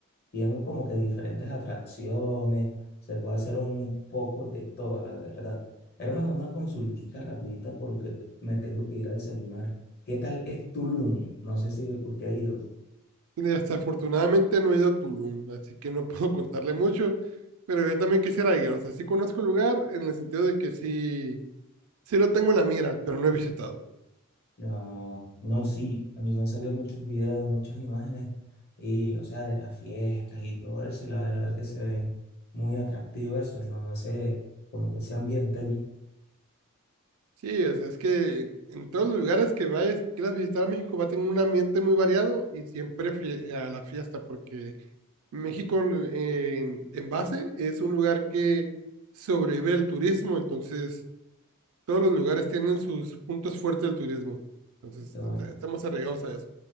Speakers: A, on the left; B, on the right.
A: tienen como que diferentes atracciones, se puede hacer un poco de todo, la verdad. Hermano, una consultica rapidita porque me tengo que ir a desayunar. ¿Qué tal es Tulum? No sé si usted ha ido.
B: Desafortunadamente no he ido a Tulum, así que no <laughs> puedo contarle mucho, pero yo también quisiera ir. O sea, sí conozco el lugar en el sentido de que sí, sí lo tengo en la mira, pero no he visitado.
A: No, no, sí, a mí me han salido muchos videos, muchas imágenes, y, o sea, de las fiestas y todo eso, y la verdad que se ven muy atractivo eso, hermano, ese, como que ese ambiente allí,
B: Sí, o sea, es que en todos los lugares que vayas, quieras visitar a México, va a tener un ambiente muy variado y siempre fie- a la fiesta, porque México en, en- en base es un lugar que sobrevive el turismo, entonces todos los lugares tienen sus puntos fuertes del turismo. Entonces,
A: qué bueno,
B: est- estamos arraigados a eso.